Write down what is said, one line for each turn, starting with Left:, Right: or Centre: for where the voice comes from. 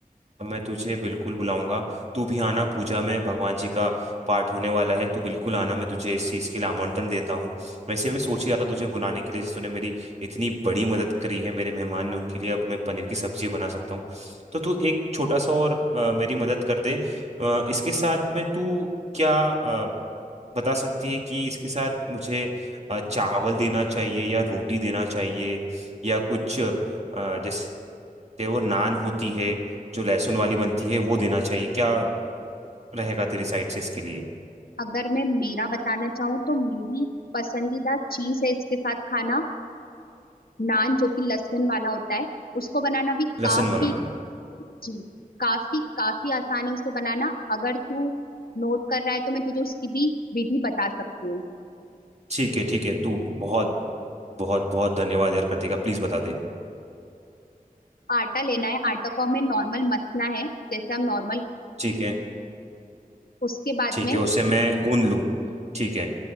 Right: मैं तुझे बिल्कुल बुलाऊंगा तू भी आना पूजा में भगवान जी का पाठ होने वाला है तू बिल्कुल आना मैं तुझे इस चीज़ के लिए आमंत्रण देता हूँ वैसे मैं सोच ही रहा था तुझे बुलाने के लिए जैसे तूने मेरी इतनी बड़ी मदद करी है मेरे मेहमान ने उनके लिए अब मैं पनीर की सब्जी बना सकता हूँ तो तू एक छोटा सा और अ, मेरी मदद कर दे अ, इसके साथ में तू क्या अ, बता सकती है कि इसके साथ मुझे अ, चावल देना चाहिए या रोटी देना चाहिए या कुछ अ, जैसे चाहे वो नान होती है जो लहसुन वाली बनती है वो देना चाहिए क्या रहेगा तेरी साइड से इसके लिए
Left: अगर मैं मेरा बताना चाहूँ तो मेरी पसंदीदा चीज है इसके साथ खाना नान जो कि लहसुन वाला होता है उसको बनाना भी
Right: लहसुन
Left: काफी
Right: वाला नान
Left: जी काफी काफी आसान है उसे बनाना अगर तू नोट कर रहा है तो मैं तुझे उसकी भी विधि बता सकती हूँ
Right: ठीक है ठीक है तू बहुत बहुत बहुत धन्यवाद यार कृतिका प्लीज बता दे
Left: आटा लेना है आटा को हमें नॉर्मल मसना है जैसे हम नॉर्मल
Right: ठीक है
Left: उसके बाद
Right: ठीक
Left: में
Right: है उसे मैं गूंद लूँ ठीक है